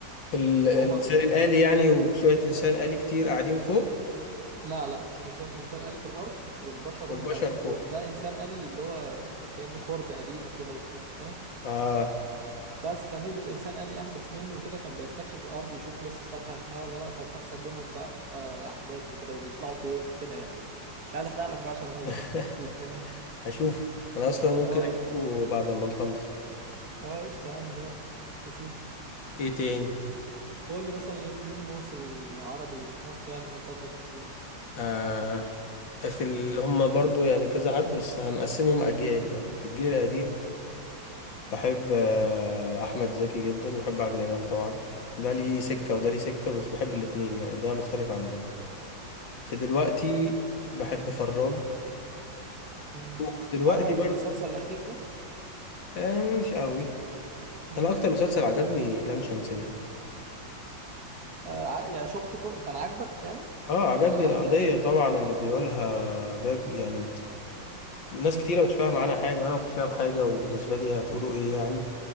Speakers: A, on the left; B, on the right.
A: ال... ال... الانسان
B: وهو ت...
A: الآلي يعني وشوية انسان آلي كتير قاعدين فوق
B: لا لا مش الانسان الانسان آلي في الارض والبشر
A: والبشر
B: هم اللي عايشين
A: فوق
B: فوق ده انسان آلي اللي هو كانه خرده قديمه كده وبتاع فاهم
A: اه
B: بس فنزل انسان آلي احدث منه وكده كان بيستكشف الارض يشوف لسه صالحه للحياه ولا لا فبتحصل بينهم بقى احداث وكده وبيطلعوا فوق وكده يعني مش عايز احرق لك بقى عشان لو
A: <laughs>
B: ما شفتوش تشوفه يعني
A: هشوف انا اصلا
B: <laughs>
A: ممكن
B: اه
A: اشوفه بعد ما نخلص
B: اه قشطه يا عم جامد بشوف
A: ايه تاني
B: قول لي مثلا ايه مين الممثل العربي في مصر يعني المفضل بالنسبه لك
A: آه في ال... هم برضو يعني كذا حد بس هنقسمهم اجيال يعني في الجيل القديم
B: مم.
A: بحب آه احمد زكي جدا وبحب عادل امام طبعا ده ليه سكة وده ليه سكة بس بحب الاتنين يعني ده مختلف عن ده فدلوقتي بحب فراج
B: مم.
A: ودلوقتي
B: عجبك
A: برضه
B: المسلسل الاخير ده
A: آه مش قوي
B: مم.
A: انا اكتر مسلسل عجبني لام شمسية
B: آه ع- يعني شفته كل كان عاجبك يعني
A: اه عجبني
B: كاحداث
A: القضية
B: وكده
A: طبعا اللي بيقولها ده يعني ناس
B: مم.
A: كتيرة مش فاهمة عنها حاجة انا ما كنتش فاهم حاجة وبالنسبة لي هتقولوا ايه يعني